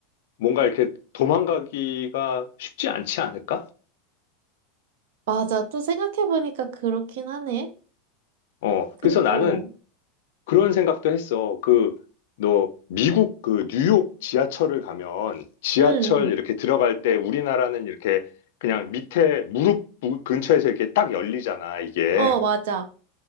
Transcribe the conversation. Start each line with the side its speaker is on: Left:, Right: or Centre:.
Left: 뭔가 이렇게 도망가기가 쉽지 않지 않을까?
Right: 맞아. 또 생각해보니까 그렇긴 하네.
Left: 어,
Right: 근,
Left: 그래서 나는
Right: 어.
Left: 그런 생각도 했어. 그, 너, 미국 그 뉴욕 지하철을 가면 지하철
Right: 응,
Left: 이렇게 들어갈 때 우리나라는 이렇게 그냥 밑에 무릎 부- 근처에서 이렇게 딱 열리잖아, 이게.
Right: 응. 어, 맞아.